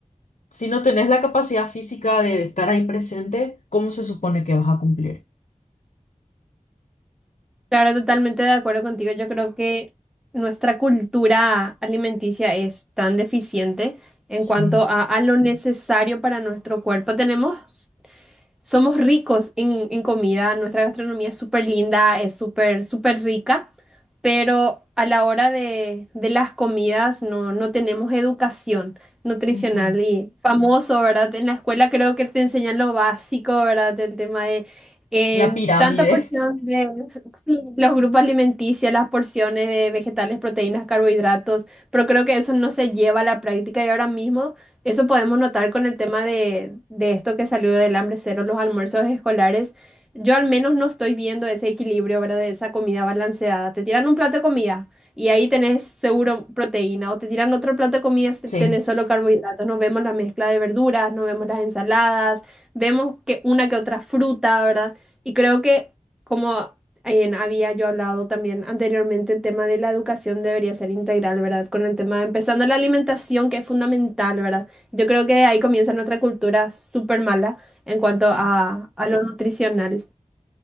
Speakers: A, on the left; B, in the centre.
A: si no tenés la capacidad física de estar ahí presente, ¿cómo se supone que vas a cumplir?
B: Claro, totalmente de acuerdo contigo. Yo creo que nuestra cultura alimenticia es tan deficiente en
A: Sí.
B: cuanto a, a lo necesario para nuestro cuerpo. Tenemos somos ricos en, en comida, nuestra gastronomía es súper linda, es súper, súper rica, pero a la hora de, de las comidas no, no tenemos educación nutricional
A: ujú.
B: y famoso, ¿verdad? En la escuela creo que te enseñan lo básico, ¿verdad? El tema de en
A: La pirámide.
B: tanta porción de sí, los grupos alimenticios, las porciones de vegetales, proteínas, carbohidratos, pero creo que eso no se lleva a la práctica y ahora mismo... Eso podemos notar con el tema de, de esto que salió del hambre cero, los almuerzos escolares. Yo al menos no estoy viendo ese equilibrio, ¿verdad? De esa comida balanceada. Te tiran un plato de comida y ahí tenés seguro proteína, o te tiran otro plato de comida
A: Sí,
B: y tenés solo carbohidratos. No vemos la mezcla de verduras, no vemos las ensaladas, vemos que una que otra fruta, ¿verdad? Y creo que como en- había yo hablado también anteriormente, el tema de la educación debería ser integral, ¿verdad? Con el tema, empezando la alimentación, que es fundamental, ¿verdad? Yo creo que ahí comienza nuestra cultura súper mala en cuanto
A: sí.
B: a, a lo nutricional.